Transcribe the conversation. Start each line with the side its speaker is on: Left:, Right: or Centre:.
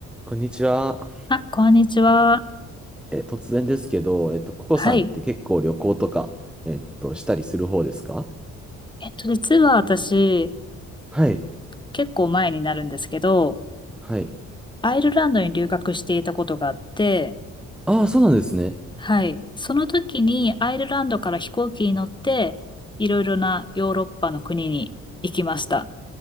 Centre: こんにちは。
Left: あ、こんにちは。
Centre: え、突然ですけど、えっと、ココさんって結構旅行とか、
Left: はい。
Centre: えっと、したりする方ですか
Left: えっと、実は私、
Centre: はい。
Left: 結構前になるんですけど、
Centre: はい。
Left: アイルランドに留学していたことがあって、
Centre: ああ、そうなんですね。
Left: はい。その時にアイルランドから飛行機に乗って、いろいろなヨーロッパの国に行きました。